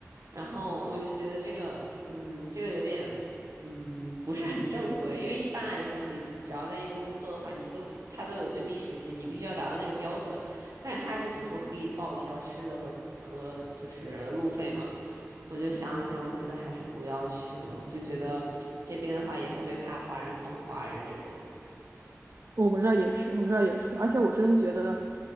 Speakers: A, on the right (about 85°); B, on the right (about 55°).
A: 然后我就觉得这个，嗯，这个有点，嗯，不是很正规，因为一般来说，你只要在英国工作的话，你都他都有最低时薪，你必须要达到那个标准，但他就只说会给你报销吃的和和就是路费嘛。我就想了想，我觉得还是不要去了，就觉得这边的话也特别怕华人坑华人这种。
B: 我们这儿也是，我们这儿也是，而且我真的觉得，